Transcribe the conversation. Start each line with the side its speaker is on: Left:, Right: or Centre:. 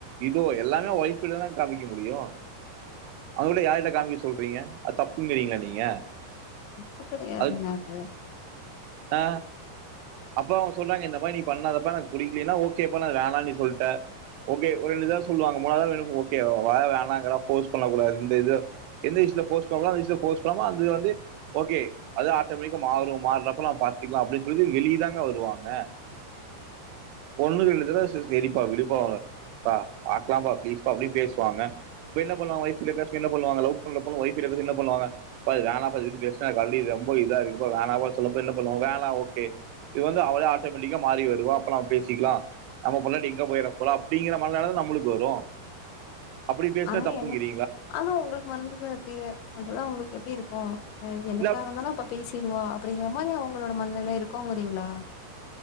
Right: இதோ எல்லா வொய்ப் கிட்ட தான காமிக்க முடியு அதுகுள்ள யார்ட்ட காமிக்க சொல்றீங்க அது தப்புன்கிறீங்களா நீங்க
Left: அப்ப கிடையாதுனாக்க
Right: அது ஆ அப்ப அவ சொல்றாங்க இந்த மாரி நீ பண்ணாதப்பா எனக்கு புடிக்கலினா ஓகேப்பா நா வேணானு சொல்லிட்டே ஓகே ஒரு ரெண்டு தரவ சொல்லுவாங்க மூணா தரவ வெரு ஒகே ஆ வேணாங்கற போர்ஸ் பண்ண கூடாது இந்த இது எந்த <unintelligible> பண்ணாம வந்து ஓகே அது ஆட்டோ மேட்டிக்கா மாறு மாறப்ப நம்ம பாத்துக்கலா அப்படின் சொல்லி வெளிய இதாங்க வருவாங்க பொண்ணுகளுக் செரிப்பா விடுப்பா பா பாக்கலாபா ஃபீளிஸ் பா அப்டின் பேசுவாங்க என்ன பண்ணுவாங்க வொய்ப் <unintelligible> லவ் பண்றப்ப வொய்ப்ட்ட பேசுனு என்ன பண்ணுவாங்க பா இது வேனா பா இது பத்தி பேசுனா மறுபடியு ரொம்ப இதா இருக்குபா வேனா சொல்லப்ப என்ன பண்ணுவோ வேணா ஒகே இது வந்து அவளே ஆட்டோமேட்டிக்கா மாறி வருவா அப்போ நம்ம பேசிக்கலா நம்ம பொண்டாட்டி எங்க போய்ற போறா அப்டிங்கிற மனநெல தான நம்மளுக்கு வரு அப்டி பேசுனா
Left: ஆனா
Right: தப்புங்கிறீங்களா
Left: எனக் ஆனா உங்களுக்கு மனநெல எப்டி அதுதா உங்களுக்கு எப்டி இருக் கு ஆஹ் எநைனக்காக
Right: இல்ல
Left: இருந்தாலும் அப்ப பேசிடுவா அப்படிங்கிற மாரி அவங்களோட மண்ண எல்லாம் இருக்கோங்கறீங்களா